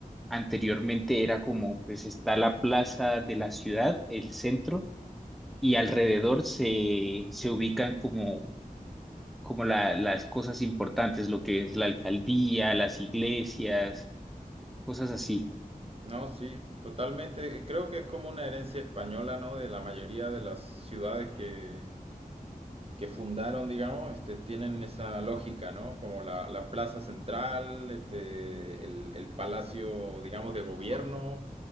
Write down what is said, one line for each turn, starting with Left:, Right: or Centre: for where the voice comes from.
Centre: anteriormente era como, pues está la plaza de la ciudad, el centro, y alrededor se, se ubican como, como la- las cosas importantes, lo que es la alcaldía, las iglesias, cosas así.
Right: No, sí, totalmente, creo que es como una herencia española, ¿no? De la mayoría de las ciudades que, que fundaron, digamos, este, tienen esa lógica, ¿no? Como la, la plaza central, este, el, el palacio, digamos, de gobierno